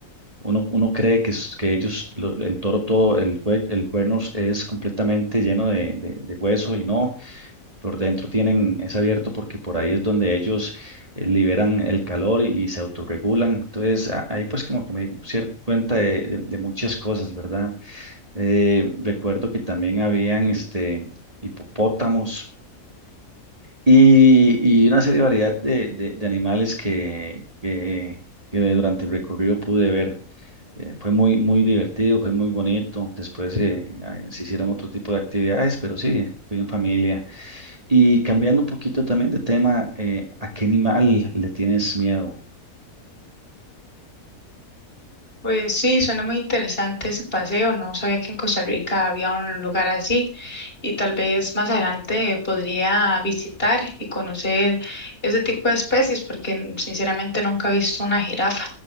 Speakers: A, on the right; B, on the left.
A: uno, uno cree que, es- que ellos, lo- el toro todo, el, cue- el cuerno es completamente lleno de, de- de hueso y no, por dentro tienen, es abierto porque por ahí es donde ellos eh, liberan el calor y se autorregulan. Entonces, a- ahí pues como que me di cier- cuenta de de- de muchas cosas, ¿verdad? Eh, recuerdo que también habían este, hipopótamos y, y una serie de variedad de, de- de animales que, que- que durante el recorrido pude ver. Eh, fue muy, muy divertido, fue muy bonito. Después eh, ah, se hicieron otro tipo de actividades, pero sí, fui en familia. Y cambiando un poquito también de tema, eh, ¿a qué animal le tienes miedo?
B: Pues sí, suena muy interesante ese paseo. No sabía que en Costa Rica había un lugar así y tal vez más adelante podría visitar y conocer ese tipo de especies, porque n- sinceramente nunca he visto una jirafa.